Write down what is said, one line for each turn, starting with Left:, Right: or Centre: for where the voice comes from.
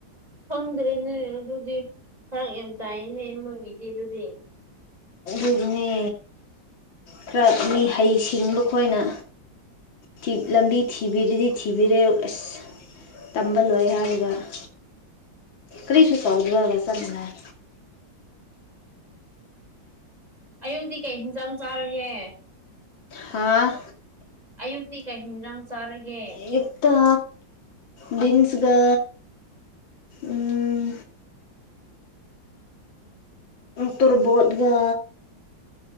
Right: ꯈꯪꯗ꯭ꯔꯦꯅꯦ ꯑꯗꯨꯗꯤ ꯐꯔꯛ ꯌꯥꯝ ꯇꯥꯏꯏꯅꯦ ꯅꯣꯏꯒꯤꯗꯤ ꯑꯗꯨꯗꯤ
Left: ꯑꯗꯨꯅꯦ ꯈꯔ ꯃꯤ ꯍꯩꯁꯤꯡꯕ ꯈꯣꯏꯅ <unintelligible> ꯂꯝꯕꯤ ꯊꯤꯕꯤꯗꯤ ꯊꯤꯕꯤꯔꯦ ꯑꯁ ꯇꯝꯕ ꯂꯣꯏ ꯍꯥꯏ ꯍꯥꯏꯔꯒ ꯀꯔꯤꯁꯨ ꯇꯧꯗꯕꯒ ꯆꯞ ꯃꯥꯟꯅꯩꯌꯦ
Right: ꯑꯌꯨꯛꯛꯇꯤ ꯀꯩ ꯍꯤꯟꯖꯥꯡ ꯆꯥꯔꯒꯦ?
Left: ꯍꯥꯥ
Right: ꯑꯌꯨꯛꯇꯤ ꯀꯩ ꯍꯤꯟꯖꯥꯡ ꯆꯥꯔꯒꯦ?
Left: ꯑꯌꯦꯛꯇ ꯕꯤꯟꯁꯒ ꯎꯝ ꯇꯨꯔꯕꯣꯠꯒ